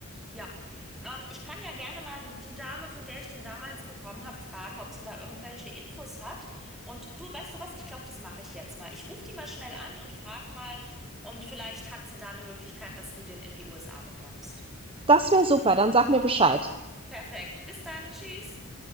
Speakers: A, in the centre; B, on the right.
A: Ja, ähm, ich kann ja gerne mal die Dame, von der ich den damals bekommen habe, fragen, ob sie da irgendwelche Infos hat. Und du, weißt du was? Ich glaube, das mache ich jetzt mal. Ich rufe die mal schnell an und frag mal. Und vielleicht hat sie da eine Möglichkeit, dass du den in die USA bekommst.
B: Das wäre super. Dann sag mir Bescheid.
A: Perfekt. Bis dann. Tschüss.